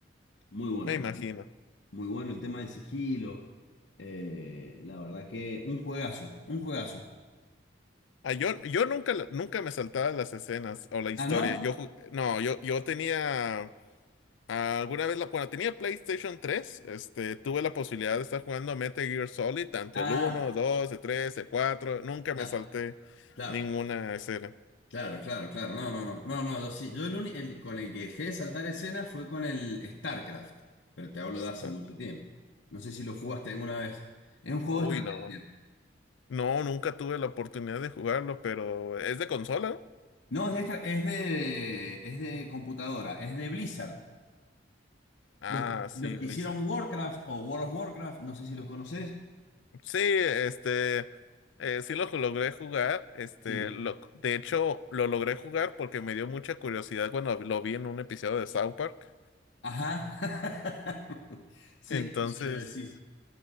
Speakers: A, on the left; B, on the left.
A: Muy bueno,
B: me
A: muy,
B: imagino.
A: muy bueno el tema del sigilo. Eh, la verdad que un juegazo, un juegazo.
B: Ah, yo, yo nunca, la- nunca me saltaba las escenas o la historia.
A: ¿Ah, no?
B: Yo, ju- no, yo, yo tenía Alguna vez, la, cuando tenía PlayStation tres este, tuve la posibilidad de estar jugando Metal Gear Solid, tanto
A: Ah.
B: el 1, dos el tres el cuatro Nunca
A: da.
B: me salté
A: Claro,
B: ninguna escena.
A: claro, claro, claro. No, no, no. No, no, yo sí. Yo el, uni- el con el que dejé de saltar escenas fue con el StarCraft, pero te hablo
B: Está-
A: de hace mucho tiempo. No sé si lo jugaste alguna vez. Es un juego
B: Uy,
A: de estrategia.
B: no. No, nunca tuve la oportunidad de jugarlo, pero es de consola, ¿no?
A: No, es de, estra- es de, es de computadora, es de Blizzard.
B: Ah,
A: Los,
B: sí,
A: los que
B: Blizzard.
A: hicieron Warcraft o World of Warcraft, no sé si los conoces.
B: Sí, este, eh, sí lo logré jugar. Este,
A: Sí.
B: lo, de hecho, lo logré jugar porque me dio mucha curiosidad cuando lo vi en un episodio de South Park.
A: Ajá. <laughs> Sé
B: Entonces.
A: qué episodio decís.